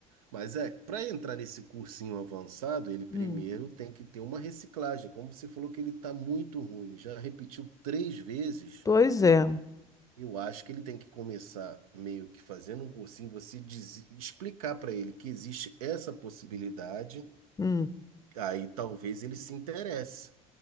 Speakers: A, on the right; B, on the left.
A: Mas é, para entrar nesse cursinho avançado, ele primeiro
B: Hum,
A: tem que ter uma reciclagem. Como você falou que ele está muito ruim, já repetiu três vezes,
B: pois é.
A: eu acho que ele tem que começar meio que fazendo um cursinho, você diz- explicar para ele que existe essa possibilidade,
B: Hum,
A: aí talvez ele se interesse.